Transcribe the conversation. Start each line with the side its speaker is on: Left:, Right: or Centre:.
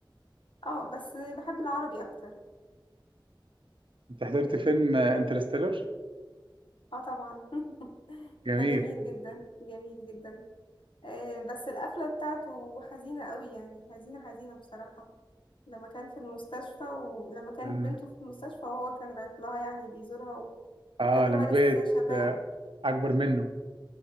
Left: اه بس بحب العربي اكتر
Right: أنت حضرت فيلم انترستيلر
Left: اه طبعا <laughs>
Right: جميل
Left: ده جميل جدا جميل جدا آه بس القفلة بتاعته حزينة قوي يعني حزينة حزينة بصراحة لما كان في المستشفى ولما كانت
Right: لما
Left: بنته في المستشفى وهو كان رايح لها يعني بيزورها و...
Right: آه
Left: وكان هو
Right: لما
Left: لسه
Right: بقيت
Left: شباب
Right: آه أكبر منه